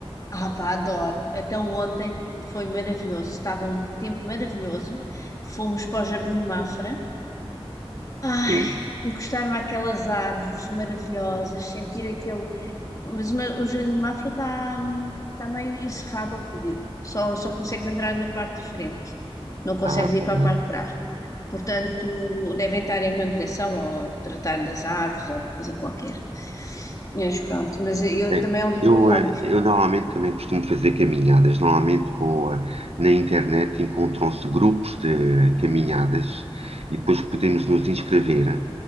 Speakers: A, on the left; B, on the right.
A: ah, pá, adoro. Então ontem foi maravilhoso, estava um tempo maravilhoso. Fomos para o Jardim de Mafra. Ai,
B: Sim,
A: encostar-me àquelas árvores maravilhosas, sentir aquele, Mas o, meu- o Jardim de Mafra está tá meio encerrado ao público. Só, só consegues entrar na parte de frente. Não consegues
B: ah,
A: ir
B: tá
A: para
B: bem.
A: a parte de trás. Portanto, devem estar em manutenção ou a tratar das árvores ou alguma coisa qualquer. Mas pronto, mas eu
B: É,
A: também é um dos
B: eu,
A: meus hobbies.
B: eh, eu normalmente também costumo fazer caminhadas. Normalmente vou eh, na internet, encontram-se grupos de caminhadas e depois podemos nos inscrever eh,